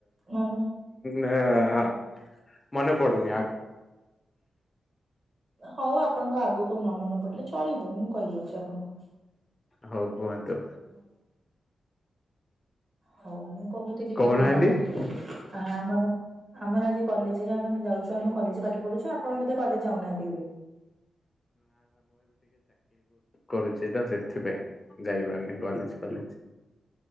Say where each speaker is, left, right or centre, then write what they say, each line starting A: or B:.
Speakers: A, on the right (about 40°); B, on the left (about 25°).
A: ମାନେ
B: ନା ହଁ। ମନେ ପଡୁନି ଆ
A: ହଉ ଆପଣଙ୍କ ଆଗକୁ ନ ମନେ ପଡିଲେ ଚଳିବ ମୁଁ କହିଦଉଚି ଆପଣଙ୍କୁ।
B: ହଉ କୁହନ୍ତୁ।
A: ହୁଁ। ହଉ ମୁଁ କହୁଥିଲି
B: କହୁନାହାନ୍ତି।
A: କି କଣ କି ଆ ଆମର ଆମର ଆଜି କଲେଜରେ ଆମେ ଯାଉଚୁ ଆମେ କଲେଜ ପାଠ ପଢୁଛୁ ଆପଣ ବଧେ କଲେଜ ଯାଉନାହାନ୍ତି ଏବେ।
B: କରୁଚି ତ ସେଥିପାଇଁ ଯାଇପାରନ କଲେଜ ଫଲେଜ।